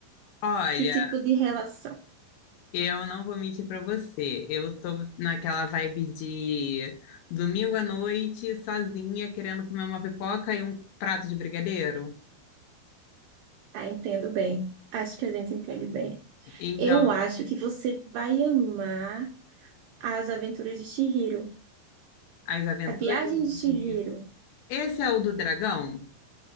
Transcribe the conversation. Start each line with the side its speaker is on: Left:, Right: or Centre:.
Left: olha,
Right: Que tipo de relação?
Left: Eu não vou mentir pra você. Eu tô naquela vibe de domingo à noite, sozinha, querendo comer uma pipoca e um prato de brigadeiro.
Right: Ah, entendo bem. Acho que a gente entende bem.
Left: Então,
Right: Eu acho que você vai amar As Aventuras de Chihiro.
Left: As Aventuras
Right: A Viagem
Left: de
Right: de Chihiro.
Left: Chihiro. Esse é o do dragão?